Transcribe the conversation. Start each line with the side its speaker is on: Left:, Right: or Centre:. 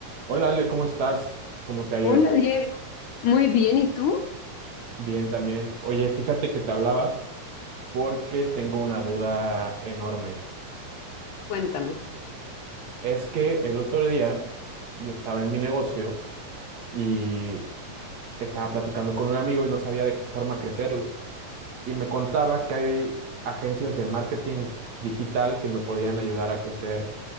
Right: Hola Ale, ¿cómo estás? ¿Cómo te ha ido?
Left: Hola Diego, muy bien, ¿y tú?
Right: Bien también. Oye, fíjate que te hablaba porque tengo una duda enorme.
Left: Cuéntame.
Right: Es que el otro día yo estaba en mi negocio y estaba platicando con un amigo y no sabía de qué forma crecerlo. y me contaba que hay agencias de marketing digital que me podían ayudar a crecer